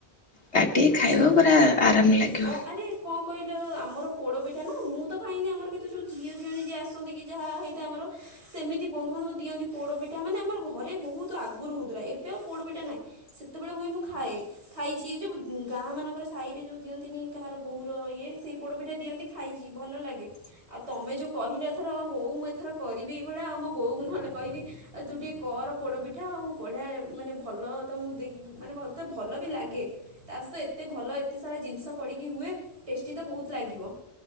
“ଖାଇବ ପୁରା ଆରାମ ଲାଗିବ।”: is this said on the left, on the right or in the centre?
Left